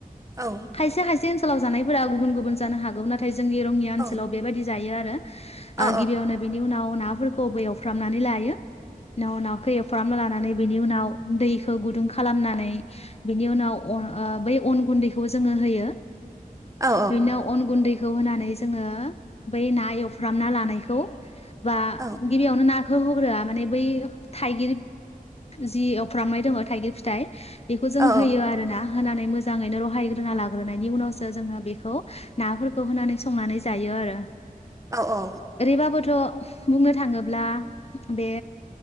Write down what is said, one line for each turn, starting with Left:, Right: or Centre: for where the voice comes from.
Right: औ
Left: खायसे खायसे ओनसोलाव जानायफोरा गुबुन गुबुन जानो हागौ नाथाय जोंनि रङिया ओनसोलाव
Right: औ
Left: बेबायदि जायो आरो
Right: औ
Left: ओ गिबियावनो बेनि उनाव नाफोरखौ बो एवफ्रामनानै लायो न' नाखौ एवफ्रामना लानानै बिनि उनाव गुन्दैखौ गुदुं खालामनानै बिनि उनाव अन ओ बै अन गुन्दैखौ जोंङो होयो
Right: औ
Left: बेनि उनाव अन गुन्दैखौ होनानै जोंङो बै ना एवफ्रामना लानायखौ बा
Right: औ
Left: गिबियावनो नाखौ होग्रोआ माने बै थाइगिर जि एवफ्रामनाय दङ थाइगिर फिथाइ बेखौ जों
Right: औ
Left: होयो आरो ना होनानै मोजाङैनो रहायग्रोना लाग्रोनायनि उनावसो जोंङो बेखौ नाफोरखौ होनानै संनानै जायो आरो।
Right: औ औ
Left: ओरैबाबोथ' बुंनो थाङोब्ला बे